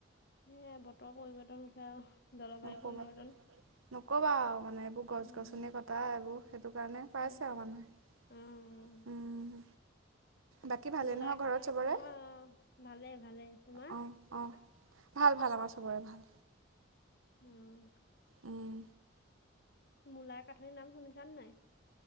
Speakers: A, on the left; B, on the right.
A: সেইয়ে বতৰৰ পৰিৱৰ্তন হৈছে আৰু জলবায়ু
B: নক'বা
A: পৰিৱৰ্তন।
B: নকবা আৰু, মানে এইবোৰ গছ-গছনি
A: উম
B: কটা এইবোৰ সেইটো কাৰণে পাইছে
A: সেইটোৱে
B: আৰু মানুহে।
A: অ
B: উম। বাকী ভালে
A: মূলাক
B: নহয় ঘৰত চবৰে?
A: অ ভালে ভালে তোমাৰ
B: অহ। অহ। ভাল ভাল, আমাৰ চবৰে ভাল।
A: উম।
B: উম।
A: মোলাই কাঠনিৰ নাম শুনিছা নে নাই?